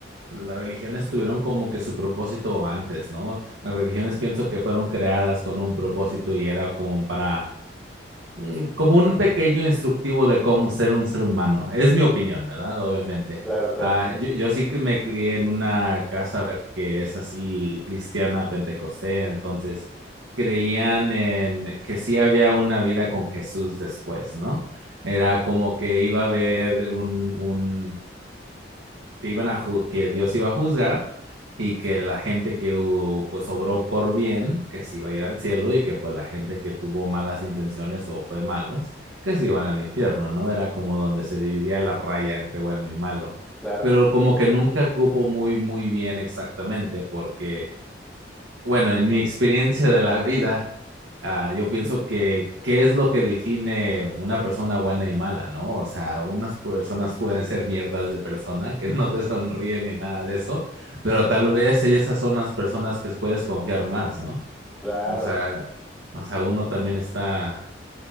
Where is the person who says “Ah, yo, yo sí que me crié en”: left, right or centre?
Right